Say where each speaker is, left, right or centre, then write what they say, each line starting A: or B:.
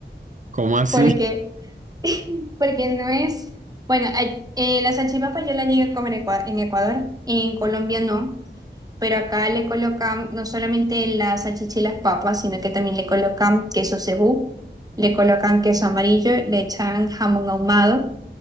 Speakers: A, on the right; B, on the right.
A: ¿Cómo así?
B: Porque,
A: <laughs>
B: <laughs> porque no es, bueno, ay- eh, la salchipapa yo la llegué a comer en Ecua- en Ecuador, en Colombia no. pero acá le colocan no solamente las salchicha y las papas, sino que también le colocan queso cebú, le colocan queso amarillo, le echan jamón ahumado,